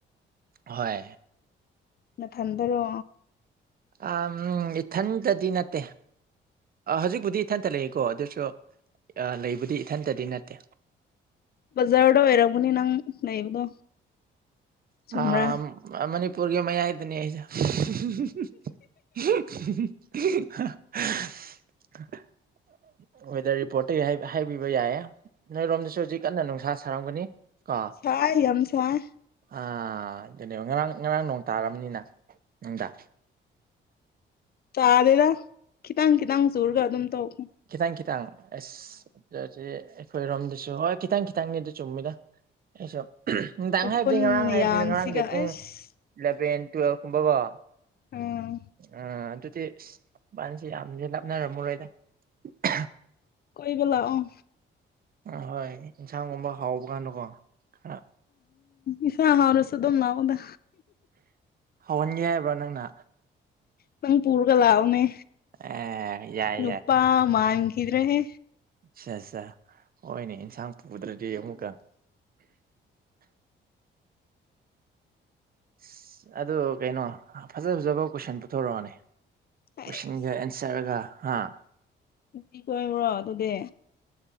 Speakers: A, on the right; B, on the left.
A: ꯍꯣꯏ
B: ꯅꯊꯟꯗꯔꯣ
A: ꯎꯝ ꯏꯊꯟꯇꯗꯤ ꯅꯠꯇꯦ ꯍꯧꯖꯤꯛꯄꯨꯗꯤ ꯏꯊꯟꯇ ꯂꯩꯏꯀꯣ ꯑꯗꯨꯁꯨ ꯂꯩꯕꯨꯗꯤ ꯏꯊꯟꯇꯗꯤ ꯅꯠꯇꯦ
B: ꯕꯖꯥꯔꯗ ꯑꯣꯏꯔꯝꯒꯅꯤ ꯅꯪ ꯂꯩꯕꯗꯣ ꯆꯨꯝꯕ꯭ꯔꯥ
A: ꯑ ꯃꯅꯤꯄꯨꯔꯒꯤ ꯃꯌꯥꯏꯗꯅꯤ <unintelligible> ꯋꯦꯗꯔ ꯔꯤꯄꯣꯔꯠꯇꯒꯤ ꯍꯥꯏꯕꯤꯕ ꯌꯥꯏꯌꯦꯦ ꯅꯣꯏꯔꯣꯝꯗꯁꯨ ꯍꯧꯖꯤꯛ ꯀꯟꯅ ꯅꯨꯡꯁꯥ ꯁꯥꯔꯝꯒꯅꯤ꯫ ꯀꯣ
B: ꯁꯥꯏ ꯌꯥꯝ ꯁꯥꯑꯦ꯫
A: ꯑꯥ ꯗꯨꯅꯦꯕ ꯉꯔꯥꯡ ꯉꯔꯥꯡ ꯅꯣꯡ ꯇꯥꯔꯝꯅꯤꯅ ꯅꯨꯡꯗꯥ꯫
B: ꯇꯥꯗꯦꯗ ꯈꯤꯇꯪ-ꯈꯤꯇꯪ ꯆꯨꯔꯒ ꯑꯗꯨꯝ ꯇꫭꯛ
A: ꯈꯤꯇꯥꯡ ꯀꯈꯤꯇꯪ ꯑꯁ <unintelligible> ꯑꯩꯈꯣꯏꯔꯣꯝꯗꯁꯨ ꯍꯣꯏ ꯈꯤꯇꯪ ꯈꯤꯇꯪꯅꯤ ꯑꯗꯨ ꯆꯨꯝꯃꯤꯗ ꯑꯩꯁꯨ ꯅꯨꯡꯗꯥꯡ
B: ꯎꯐꯨꯟ
A: ꯍꯥꯏꯕꯗꯤ ꯉꯔꯥꯡ
B: ꯃꯌꯥꯝꯁꯤꯒ
A: ꯍꯥꯏꯕꯗꯤ ꯉꯔꯥꯡꯒꯤ ꯄꯨꯡ
B: ꯑꯩꯁ
A: ꯏꯂꯚꯦꯟ ꯇꯨꯋꯦꯜꯕ ꯀꯨꯝꯕꯀꯣ꯫
B: ꯑꯥ
A: ꯑ ꯑꯗꯨꯗꯤ ꯏꯁ ꯏꯕꯥꯅꯤꯁꯤ ꯌꯥꯝꯗꯤ ꯂꯥꯞꯅꯔꯝꯑꯔꯣꯏꯗ꯫ <unintelligible>
B: ꯀꫭꯏꯕ ꯂꯥꯛꯑꫭ꯫
A: ꯑ ꯍꯣꯏ ꯑꯦꯟꯁꯥꯡꯒꯨꯝꯕ ꯍꯥꯎꯕ ꯀꯥꯟꯗꯀꯣ ꯈꯔ꯫
B: ꯏꯁꯥ ꯍꯥꯏꯗꯔꯁꯨ ꯑꯗꯨꯝ ꯂꯥꯛꯑꫭꯗ꯫
A: ꯍꯧꯍꯟꯒꯦ ꯍꯥꯏꯕ꯭ꯔꯣ ꯅꯪꯅ꯫
B: ꯅꯪ ꯄꯨꯔꯒ ꯂꯥꯛꯑꯣꯅꯦ
A: ꯑꯦ ꯌꯥꯏ
B: ꯅꯨꯄꯥ ꯃꯥꯟꯈꯤꯗ꯭ꯔꯦꯍꯦ꯫
A: ꯑꯠꯆꯥ ꯑꯠꯁ ꯍꯣꯏꯅꯦ ꯏꯟꯁꯥꯡ ꯄꯨꯗ꯭ꯔꯗꯤ ꯑꯃꯨꯛꯀ ꯑꯁ ꯑꯗꯨ ꯀꯩꯅꯣ ꯐꯖ ꯐꯖꯕ ꯀꯣꯏꯁꯟ ꯄꯨꯊꯣꯔꯛꯑꯅꯤ
B: ꯍꯩꯁ
A: ꯀꯣꯏꯁꯟꯒ ꯑꯦꯟ ꯁꯔꯒ ꯍꯥꯥ
B: ꯗꯤ ꯀꫭꯏꯕ꯭ꯔꯣ ꯑꯗꯨꯗꯤ꯫